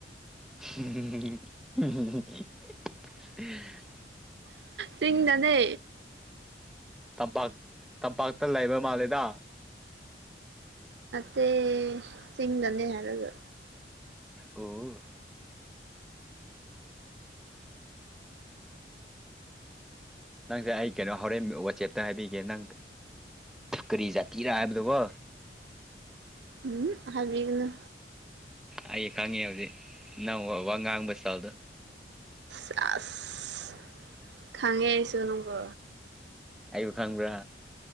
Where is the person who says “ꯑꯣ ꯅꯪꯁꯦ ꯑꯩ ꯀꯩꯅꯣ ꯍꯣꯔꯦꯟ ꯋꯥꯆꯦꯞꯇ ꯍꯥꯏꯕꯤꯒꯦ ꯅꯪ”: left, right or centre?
Centre